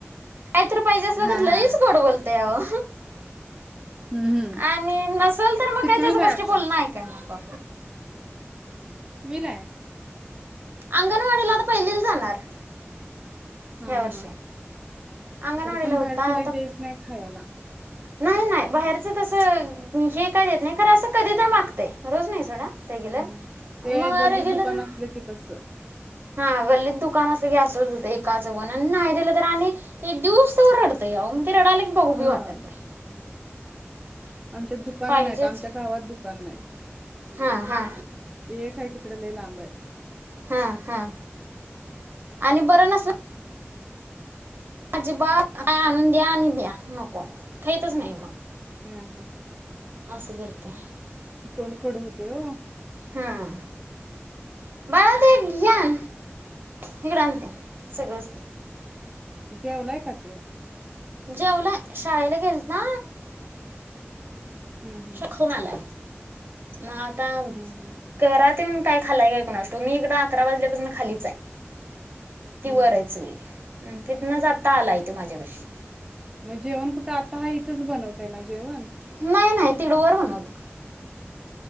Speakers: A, on the right; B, on the right.
A: काय तर पाहिजे असलं
B: हा
A: तर
B: हा
A: लईच गोड बोल. ते अहो
B: हम्म हम्म
A: आणि नसल तर मग
B: कितवीला
A: काही त्याच्या गोष्टी
B: आहे आता
A: बोलणं ऐकाय नको.
B: कितवीलाय?
A: अंगणवाडीला आता पहिलीला जाणार.
B: हा
A: ह्या वर्षी
B: हा
A: अंगणवाडीला
B: तरी पण
A: होता
B: बाहेरच लय
A: आता
B: द्यायचं नाही खायाला.
A: नाही नाही बाहेरच तस हे काय देत नाही. असं कधी तर मागतय रोज नाही सोडा. ते गेले
B: हम्म हम्म ते
A: मग
B: गल्लीत
A: रेग्युलर
B: दुकान असलं की तसं
A: हा गल्लीत दुकान असल की असंच हुतय एका अं. नाई दिलं तर आणि ते दिवुसतवर रडतय अवो ते रडाल की बघु
B: हा
A: बी वाटत नाय
B: आमच्यात दुकानं
A: पाहिजेच
B: नाहीत. आमच्या गावात दुकानं नाहीत.
A: हा हा
B: एक हाय तिकड लय लांब हाय.
A: हां हां आणि बरं नसत. अजिबात काय आणून द्या आणि द्या नको. खाईतच नाई.
B: अं
A: असं करताय.
B: तोंड कडु हुतय वो!
A: हां. बाळा ते एक घेआन हिकडआण ते सगळंच.
B: जेवलाय का त्यो?
A: जेवलाय. शाळेला गेलता-
B: हम्म हम्म
A: शखमलाय मात. काम
B: हम्म हम्म
A: करात हूं. काय खालाय काय कुणास ठाउक? मी इकडं अकरा वाजल्यापासून खालीच हाय. ती वर
B: हम्म हम्म.
A: हाईत सगळी. तिथनंच आता आलाय तो माझ्याबशी.
B: म जेवण कुठं? आता हाय इथंच बनवताय ना जेवण.
A: नाही नाही तिकडं वर बनवतेय.